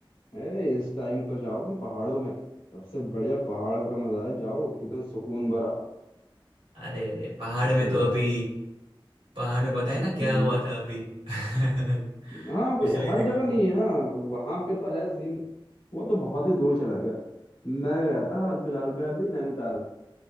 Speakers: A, on the left (about 70°); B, on the right (about 75°).
A: अरे इस टाइम तो जाओ तुम पहाड़ों में सबसे बढ़िया पहाड़ का मजा है जाओ एकदम सुकून भरा
B: अरे रे पहाड़
A: सबसे
B: में तो
A: बेस्ट
B: अभी पहाड़ में बताया ना क्या
A: हम्म
B: हुआ था अभी <laughs>
A: हाँ वो
B: पिछले
A: हर
B: दिनों
A: जगह नहीं
B: में
A: है ना वहां पे तो है सीन वो तो बहुत ही दूर चला गया मैं गया था हाल फिलहाल में अभी नैनीताल